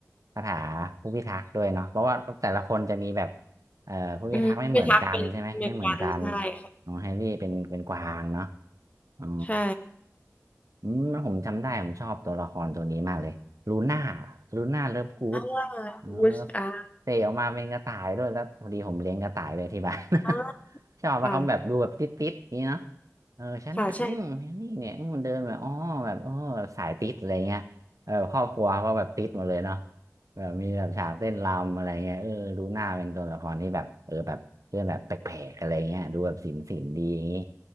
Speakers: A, on the right (about 85°); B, on the left (about 25°).
A: คาถาผู้พิทักษ์ด้วยเนาะเพราะว่าแต่ละคนจะมีแบบเอ่อผู้พิทักษ์ไม่เหมือนกันใช่ไหมไม่เหมือนกัน
B: อืมเป็นทักเป็นเมกันใช่ค่ะ
A: ของแฮร์รี่เป็นเป็นกวางเนาะ อ๋อ
B: ใช่
A: อืมผมจำได้ผมชอบตัวละครตัวนี้มากเลยลูน่าลูน่าเลิฟกู๊ด
B: ว่า
A: เออ
B: วุชอา
A: เตะออกมาเป็นกระต่ายด้วยแล้วพอดีผมเลี้ยงกระต่ายเลยที่บ้าน
B: อ
A: <laughs> ชอบนะครับแบบดูแบบติดติดนี่เนาะ
B: ค่ะ
A: เออฉันนะอืมแฮร์รี่เนี่ยมันเดินแบบอ๋อแบบเออสายติดอะไรเงี้ยเออครอบครัวก็แบบติดหมดเลยเนาะ
B: ค่ะใช่
A: แบบมีแบบฉากเต้นรำอะไรเงี้ยเออดูหน้าเป็นตัวละครที่แบบเออแบบเรื่องแบบแปลกๆอะไรเงี้ยดูแบบศิลป์ศิลป์ดีอย่างงี้